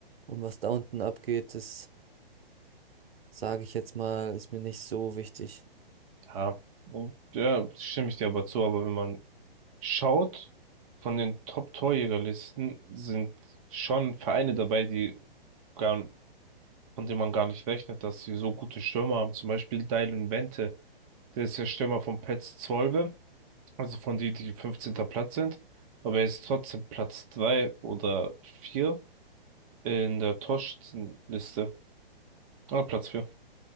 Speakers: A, on the right (about 80°); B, on the right (about 35°).
A: und was da unten abgeht, das sage ich jetzt mal, ist mir nicht so wichtig.
B: Ja, und ja, stimme ich dir aber zu, aber wenn man schaut, von den Top-Torjägerlisten sind schon Vereine dabei, die gar, von denen man gar nicht rechnet, dass sie so gute Stürmer haben. Zum Beispiel Dylan Wente, der ist ja Stürmer von Pets Zwolle, also von die, die fünfzehnter Platz sind, aber er ist trotzdem Platz 3 oder 4 in der Torschützenliste. Ah, Platz vier